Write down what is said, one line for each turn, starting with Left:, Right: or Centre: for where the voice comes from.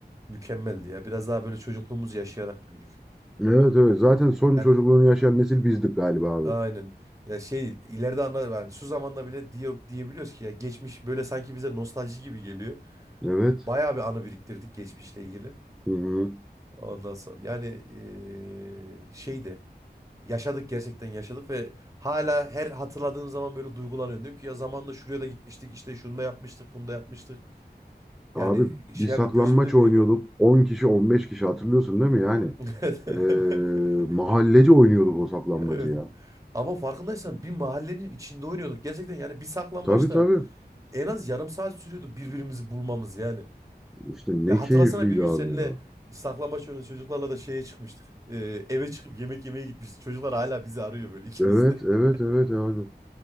Right: mükemmeldi ya. Biraz daha böyle çocukluğumuzu yaşayarak büyüdük.
Centre: Evet evet. Zaten
Right: Ee,
Centre: son
Right: Yani
Centre: çocukluğunu yaşayan nesil bizdik galiba abi.
Right: Aynen. Ya şey ileride anla yani şu zamanda bile diye, diyebiliyoruz ki ya geçmiş böyle sanki bize nostalji gibi geliyor.
Centre: Evet.
Right: Bayağı bir anı biriktirdik geçmişle ilgili.
Centre: Hı hı.
Right: Ondan sonra yani eee, şeydi. Yaşadık gerçekten yaşadık ve hala her hatırladığım zaman böyle duygulanıyorum. Diyorum ki ya zamanında şuraya da gitmiştik işte şunu da yapmıştık bunu da yapmıştık.
Centre: Abi
Right: Yani
Centre: bir
Right: şey
Centre: saklanmaç
Right: abi gözümde
Centre: oynuyorduk.
Right: büyüyor.
Centre: 10 kişi 15 kişi hatırlıyorsun değil mi yani?
Right: <laughs>
Centre: Ee, mahallece oynuyorduk o saklambacı
Right: Evet.
Centre: ya.
Right: Ama farkındaysan bir mahallenin içinde oynuyorduk. Gerçekten yani bir saklambaçta
Centre: Tabii tabii.
Right: en az yarım saat sürüyordu birbirimizi bulmamız yani.
Centre: İşte ne
Right: Ve hatırlasana
Centre: keyifliydi
Right: bir gün
Centre: abi
Right: seninle
Centre: ya.
Right: saklambaç oynadık çocuklarla da şeye çıkmıştık. Ee, eve çıkıp yemek yemeye gitmiştik. Çocuklar hala bizi arıyor böyle ikimiz
Centre: Evet
Right: de. <laughs>
Centre: evet evet abi.